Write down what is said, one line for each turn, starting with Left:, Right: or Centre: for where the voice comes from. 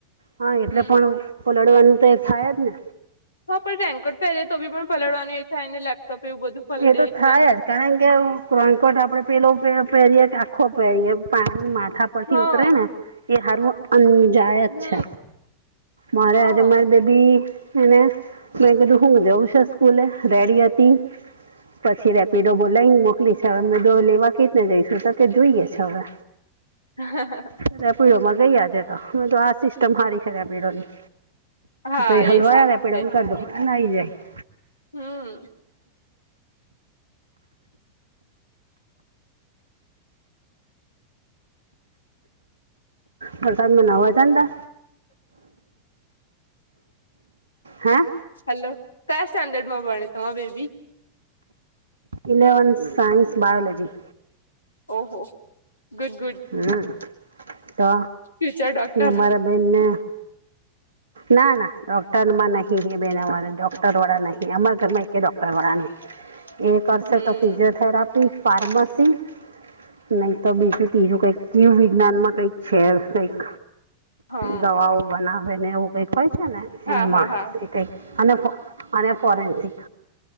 Right: હા એટલે
Left: હમ
Right: પણ ઓલડવાનું તો થાય જ ને
Left: હા પણ રેન્કટ પહેરે તો બી પણ પલડવાનું એ છે ને લેપટોપ એવું બધું પલળે
Right: એ તો
Left: એટલે
Right: થાય જ કારણ કે કોનકોટ આપડે પેલો પહેરીએ કે આખો પહેરીએ પાણી માથા ઉપથી
Left: હા
Right: ઉતરે ને એ હારું અંજાયત
Left: હમ
Right: છે મારે
Left: હા
Right: આજે મારે બેબી એને મેં કધું હુંું દઉં છા સ્કૂલે રેડી હતી હતી પછી રેપિડો બોલાવીને મોકલી છે હવેમે લેવા ક જ ને જઈશું તો કે જોઈએ છે હવે
Left: હ
Right: ખ્યા પીળોમાં ગઈયાજે તો મે તો આ સિસ્ટમ હારી ખદ્યા પીડો ની
Left: હા
Right: ત હલવા્યા
Left: એ સારી
Right: પેડા
Left: છે
Right: કર દો નાઈ જાય
Left: હમ
Right: પ્રરસાદ મહના હો જતા હા
Left: હલો ક્યા સ્ટેન્ડર્ડ માં ભણે તમા બેબી
Right: ઇલેવનથ સાઇન્સ બાયોલજી
Left: ઓહો ગુડ ગુડ
Right: હમ તો
Left: ફ્યુચર ડોક્ટર
Right: એ અમારા બહેનને ના ના ડોક્ટર માં નહીં એ બેન વાળ ડોક્ટર વાળા નહીં અમારા ઘરમાં ડોક્ટર વાળા નહીં એ કરશે
Left: હમ
Right: તો ફિઝિયોથેરાપી ફાર્મસી નહી તો બીજું ત્રીજું કઈક કીુ વિજ્ઞાન માં કઈક છે કઈક
Left: હા
Right: દવાઓ બનાવે ને એવું કઈક હોય છે ને
Left: હા
Right: એમાં
Left: હા હા
Right: અને અને ફોરેન્સિક